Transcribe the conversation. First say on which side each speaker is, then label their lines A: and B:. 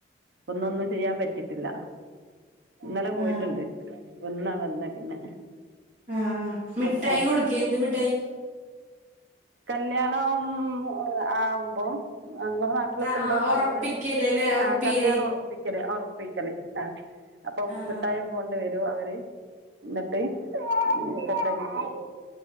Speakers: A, on the right (about 80°); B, on the right (about 40°).
A: ഒന്നൊന്ന്. ചെയ്യാൻ പറ്റിട്ടില്ല ഇന്നലെ പോയിട്ടുണ്ട്
B: ആ
A: ഇന്നാ വന്നെ പിന്നെ.
B: ആ ആ മിഠായി
A: അപ്പം
B: കൊടുക്കേ എന്ത് മിഠായി
A: കല്യാണം ആ ആവുമ്പോ അങ്ങെ ന കുട്ടികളൊക്കെ
B: ആ
A: ഉണ്ടോന്നറിയില്ല
B: ഒറപ്പിക്കല് ല്ലേ ഒറപ്പീര്
A: ആഹ് കല്യാണം ഉറ ഉറപ്പിക്കല് ആ അപ്പൊ
B: ആ
A: മിട്ടായിയൊക്കെ
B: ആ
A: കൊണ്ട് വരൂ അവര്. എന്നിട്ട് സെറ്റാക്കി പോവും